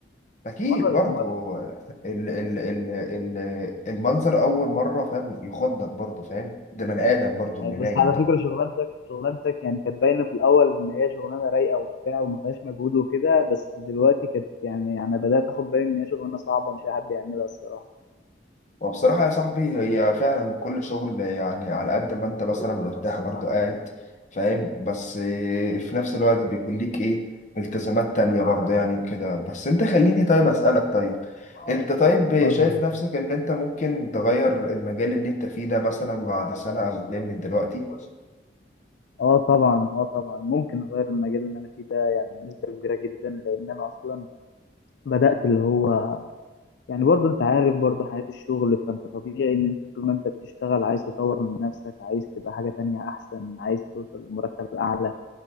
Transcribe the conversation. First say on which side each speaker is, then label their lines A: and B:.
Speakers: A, on the left; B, on the left.
A: أكيد
B: مره
A: برضو
B: غير مره
A: ال... ال... ال... ال... المنظر أول مرة فاهم يخضك برضو فاهم ده بني آدم برضو اللي
B: يعني بس
A: نايم
B: على
A: ده
B: فكرة شغلانتك شغلانتك يعني كانت باينة في الأول إن هي شغلانة رايقة وبتاع وما فيهاش مجهود وكده بس دلوقتي كانت يعني أنا بدأت آخد بالي إن هي شغلانة صعبة مش أي حد يعملها الصراحة
A: وبصراحة يا صاحبي هي فعلا كل شغل يعني على قد ما انت مثلا مرتاح برضو قاعد فاهم بس في نفس الوقت بيكون ليك ايه التزامات تانية برضو يعني وكده بس انت خليني طيب اسألك طيب انت طيب
B: اتفضل
A: شايف نفسك ان انت ممكن تغير المجال اللي انت فيه ده مثلا بعد سنة او اتنين من دلوقتي
B: اه طبعا اه طبعا ممكن اغير المجال اللي انا فيه ده يعني بنسبه كبيره جدا لان انا اصلا بدات اللي هو يعني برضو انت عارف برضو حياه الشغل فانت طبيعي ان انت طول ما انت بتشتغل عايز تطور من نفسك عايز تبقى حاجه تانية احسن عايز توصل لمرتب اعلى